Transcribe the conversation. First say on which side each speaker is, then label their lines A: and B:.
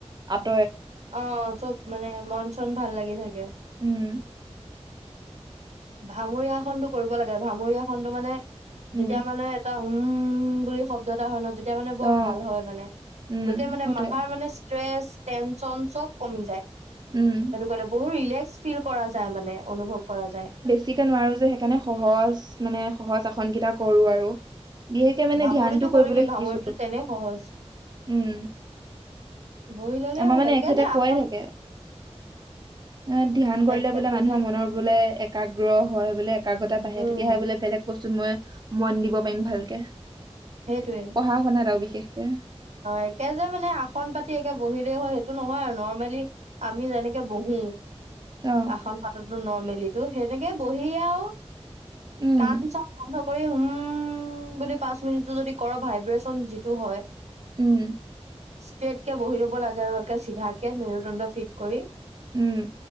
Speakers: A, on the right; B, on the right.
A: আ
B: অ চব মানে মন চন ভাল লাগি থাকে
A: উম
B: ভামৰিয়া খনতটো কৰিব লাগে ভামৰিয়া খনতটো মানে
A: উম
B: যেতিয়া মানে এটা উম বুলি শব্দ এটা হয় ন তেয়া এতিয়া মানে বৰ
A: অ
B: ভাল হয় মানে
A: উম
B: গোতেেই মানে
A: সেইটোৱে
B: মাথাৰ মানে ষ্ট্ৰেছ টেনচন চব কমি যায়
A: উম
B: সেইটো ক বহুত ৰিলেখ ফিল কৰা যায় মানে অনুভৱ কৰা যায়
A: সতিিকে নোৱাৰো যে সেইকাৰণে সহজ মানে সহজ আসন কেইটা কৰো আৰু বিশেষকে মানে
B: ভামুৰিটো
A: ধ্যানটো কৰিবলৈ
B: কৰিবি
A: শিকিছো
B: ভামুৰিটো তেনে সহজ
A: উম
B: বহি ললেই
A: আমাৰ
B: হ'ল
A: মানে
B: একে
A: এখেতে
B: যে আসন
A: কয় থাকে অ ধ্যান কৰিলে
B: এক
A: বোলে
B: একে
A: মানুহৰ
B: যে
A: মনৰ বোলে একাগ্ৰ হয় বোলে একাগ্ৰতা বাঢ়ে
B: উম
A: তেতিয়াহে বোলে বেলেগ বস্তুত মই মন দিব পাৰিম ভালকে
B: সেইটয়ে
A: পঢ়া শুনাত আৰু বিশেষকে
B: একে যে মানে আসন পাতি একে বহি হয় সেইটো নহয় আৰু নৰ্মেলি আমি যেনেকে বহো
A: অ
B: আসন পাতত নৰ্মেলিো সেনেকে বহিয় আৰু
A: উম
B: কাম চ ভ কৰি হুম বুলি পাছ <unintelligible> যদি ভাইব্ৰেচন যিটো হয়
A: উম।
B: ষ্ট্ৰেইট কে বহি লব লাগে আৰু একে চিধাকে মেৰুদণ্ড ফিট কৰি।
A: উম।